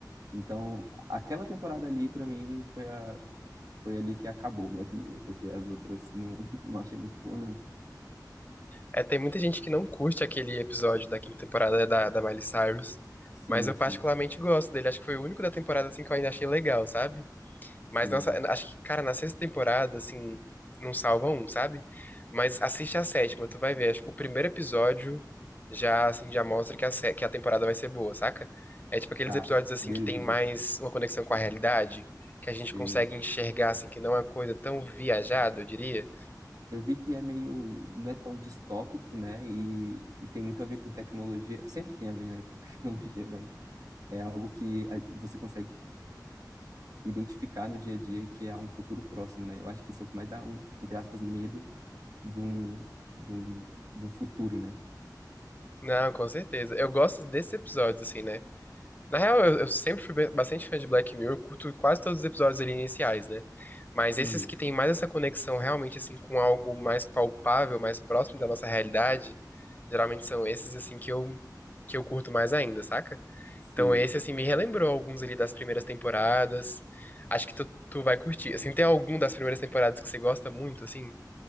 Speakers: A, on the right; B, on the left.
A: Então, aquela temporada ali, pra mim, foi, a, foi ali que acabou Black Mirror, porque as outras não, <laughs> não achei muito boa, não.
B: É, tem muita gente que não curte aquele episódio da quinta temporada da, da Miley Cyrus,
A: Sim,
B: mas eu particularmente
A: sim,
B: gosto dele. Acho que foi o único da temporada assim que eu ainda achei legal, sabe? Mas
A: sim.
B: nossa, acho que, cara, na sexta temporada, assim, não salva um, sabe? Mas assiste a sétima, tu vai ver. Acho- O primeiro episódio já, assim, já mostra que a, sé- que a temporada vai ser boa, saca? É tipo aqueles
A: Tá,
B: episódios, assim,
A: beleza.
B: que tem mais uma conexão com a realidade, que
A: Sei.
B: a gente consegue enxergar, assim, que não é uma coisa tão viajada, eu diria.
A: Eu vi que é meio, não é tão distópico, né? E, e tem muito a ver com tecnologia. Sempre tem a ver, né, com <laughs> tecnologia, mas é algo que a- você consegue identificar no dia a dia que é um futuro próximo, né? Eu acho que isso é o que mais dá um, entre aspas, medo de um, de um, de um futuro, né?
B: Não, com certeza. Eu gosto desses episódios, assim, né? Na real, eu, eu sempre fui bem- bastante fã de Black Mirror, eu curto quase todos os episódios ali iniciais, né? Mas esses
A: Hum,
B: que têm mais essa conexão realmente, assim, com algo mais palpável, mais próximo da nossa realidade, geralmente são esses, assim, que eu, que eu curto mais ainda, saca?
A: sei.
B: Então esse, assim, me relembrou alguns ali das primeiras temporadas. Acho que tu, tu vai curtir. Assim, tem algum das primeiras temporadas que você gosta muito, assim?